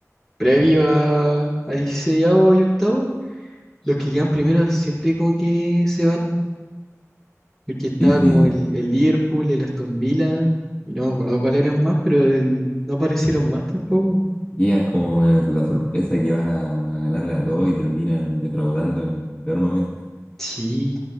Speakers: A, in the centre; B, on the left (about 25°).
A: previo a, a 16 y octavo, los que quedan primeros siempre como que se van. Porque estaba
B: Sí,
A: como
B: sí.
A: el, el Liverpool, el Aston Villa, y no me acuerdo cuáles eran más, pero eh, no aparecieron más tampoco.
B: Llegan como la la sorpresa que van a, a ganarle a todos y terminan defraudando en el peor momento.
A: Sí,